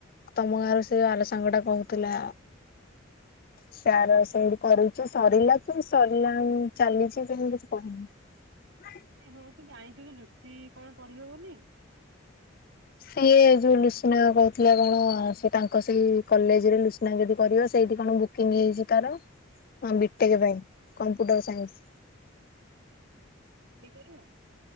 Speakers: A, on the left; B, on the right.
A: ତୋମ ଗାଁ ର ସେ ଆଲୋସ୍ ସାଙ୍ଗ ଟା କହୁଥିଲା। ସାର ସେମିତି କରୁଚି ସରିଲା କି ସରିଲା ଚାଲିଛି ସେମିତି କିଛି କହିନି। ନା।
B: ହଁ ତୁ ଜାଣିଚୁ କି ଲୁସି କଣ ପଢିବ ବୋଲି?
A: ସିଏ ଯୋଉ ଲୁସିନା କହୁଥିଲା କଣ ସେ ତାଙ୍କ ସେଇ କଲେଜ୍ ରେ ଲୁସିନା ଯଦି କରିବ ସେଇଠି କଣ ବୁକିଂ ହେଇଛି ତାର। ହଁ ବିଟେକ୍ ପାଇଁ କମ୍ପୁଟର୍ ସାଇନ୍ସ।
B: ଉଁ, ହୁଁ, <inaudible> କରିବ